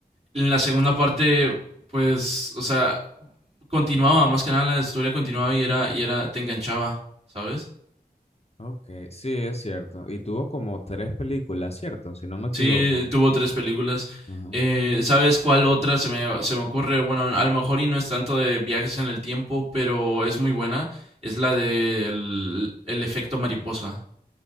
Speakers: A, on the right; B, on the left.
A: en la segunda parte, pues, o sea, continuaba, más que nada la historia continuaba y era, y era, te enganchaba, ¿sabes?
B: Ok, sí, es cierto. Y tuvo como tres películas, ¿cierto? Si no me
A: Sí,
B: equivoco.
A: tuvo tres películas.
B: Ajá.
A: Eh, ¿Sabes cuál otra se me, se me ocurre? Bueno, a lo mejor y no es tanto de viajes en el tiempo, pero es muy buena. Es la del el efecto mariposa.